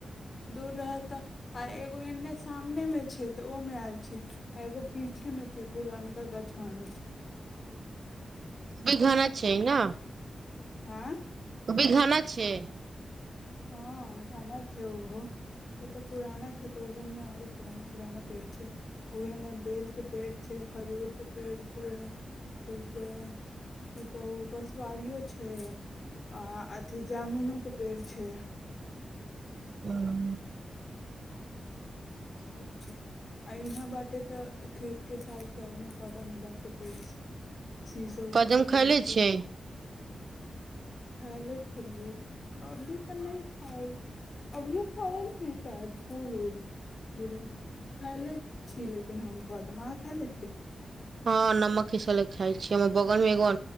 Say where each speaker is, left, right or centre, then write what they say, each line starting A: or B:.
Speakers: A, on the left; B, on the right.
A: दूर रह त आ ए गो एन्ने सामने मे छै तऽ ओ मे आयल छी आ एगो पीछे मे छैे पुरनका गछ मानै छै
B: भी घाना छै न
A: आँ
B: ओ भी घाना छै
A: हाँ घाना छै ओहो ओ तऽ पुराना छै तऽ ओहोमे आओरो पुराना पुराना पेड़ छै उएहेमे बेलके पेड़ छै खजूरके पेड़ छै फेरसे की कहू बसवाड़ीयो छै आ अथि जामुनोके पेड़ छै
B: <unintelligible>
A: <unintelligible> आ यहाँ बाँटे तऽ खेतके साइड साइडमे कदम उदम के पेड़ छै शीशो उसो
B: कदम
A: के पेड़के
B: खैले छियै <unintelligible>
A: अभी तऽ नहि खाई अभियो फड़ल छै श बूलोल गिरै खाय ले छी लेकिन हम कहतब अहाँ खाय ले छियै
B: हाँ नमक खैस ल खाय छे हमर बगल मे एगो